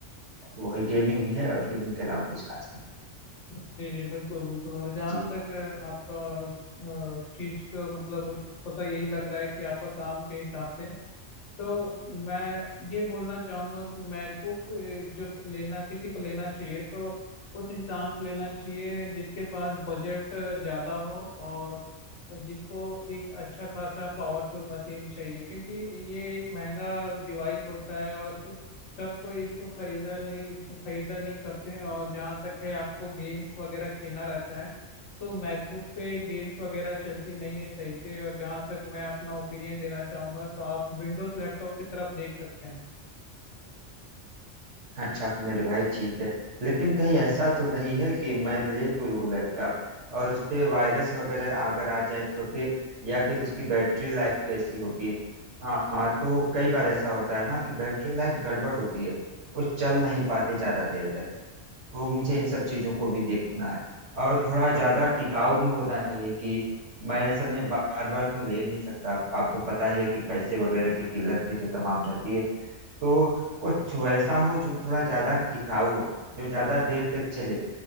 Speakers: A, on the right; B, on the left.
A: वही गेमिंग ही है और गेमिंग के अलावा कुछ खास नहीं
B: जी जी बिल्कुल बिल्कुल और जहाँ
A: जी
B: तक अ, आपका चीज को मतलब पता यही लग रहा है कि आपका काम के हिसाब से तो मैं ये बोलना चाहूंगा कि मैकबुक जो लेना किसी को लेना चाहिए तो उस इंसान को लेना चाहिए जिसके पास बजट ज़्यादा हो और जिसको एक अच्छा खासा पावरफुल मशीन चाहिए क्योंकि ये एक महंगा डिवाइस होता है और सब कोई इसको खरीदा नहीं खरीदा नहीं करते हैं और जहाँ तक है आपको गेम्स वगैरह खेलना रहता है तो मैकबुक पे गेम्स वगैरह चलती नहीं है सही से और जहाँ तक मैं अपना ओपिनियन देना चाहूंगा तो आप विंडोज लैपटॉप की तरफ देख सकते हैं
A: अच्छा मेरे भाई ठीक है लेकिन कहीं ऐसा तो नहीं है कि मैं ले तो लूँ लैपटॉप और उस पे वायरस वगैरह अगर आ जाए तो फिर या फिर उसकी बैटरी लाइफ कैसी होगी हाँ तो कई बार ऐसा होता है ना कि बैटरी लाइफ गड़बड़ होती है वो चल नहीं पाते ज़्यादा देर तक तो मुझे इन सब चीज़ों को भी देखना है और थोड़ा ज़्यादा टिकाऊ भी होना चाहिए कि मैं असल में बार बार तो ले नहीं सकता आपको पता ही है कि पैसे वगैरह की किल्लत भी तो तमाम रहती है तो कुछ वैसा हो जो थोड़ा ज्यादा टिकाऊ हो जो ज्यादा देर तक चले